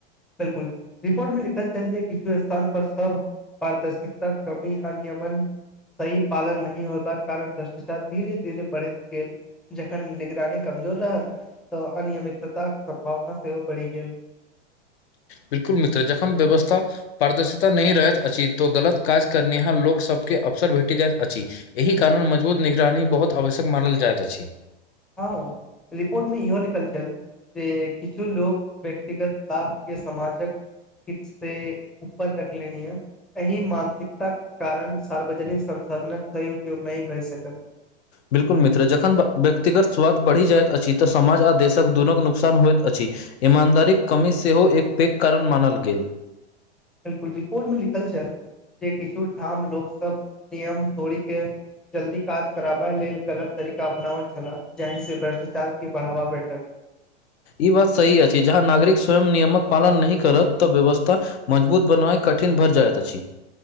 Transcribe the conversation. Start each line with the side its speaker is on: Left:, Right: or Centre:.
Centre: बिल्कुल रिपोर्ट मे लिखल छल जे किछु स्थान पर सब पारदर्शिकता कमी अनियमन सही पालन नहि होयबाक कारण भ्रष्टाचार धीरे धीरे बढ़ैत गेल जखन निगरानी कमजोर रहल तऽ अनियमिताक सम्भावना सेहो बढ़ि गेल
Left: बिल्कुल मित्र जखन व्यवस्था पारदर्शिता नहि रहैत अछि तो गलत काज करनेहार लोकसभके अवसर भेटी जाइत अछि एहि कारण मजबूत निगरानी बहुत आवश्यक मानल जायइत अछि
Centre: हँ रिपोर्ट मे इहो लिखल छल जे किछु लोक व्यक्तिगत लाभ के समाजक किस से उपर रख लेनी य एहि मानसिकताक कारण सार्वजनिक संसाधनक सही उपयोग नहि भए सकल
Left: बिल्कुल मित्र जखन व्यक्तिगत स्वाद बढ़ि जाइत अछि तऽ समाज आ देशक दुनूक नुकसान होइत अछि ईमानदारीक कमी सेहो एक पैघ कारण मानल गेल
Centre: बिल्कुल रिपोर्ट मे लिखल छल जे किछु ठाम लोक सब नियम तोड़ीक के जल्दी काज कराबा लेल गलत तरीका अपनाबल छलाह जाहि से भ्रष्टाचार के बढ़ावा भेटल
Left: ई बात सही अछि जहाँ नागरिक स्वयं नियमक पालन नहि करत तऽ व्यवस्था मजबूत बनय कठिन भर जायत अछि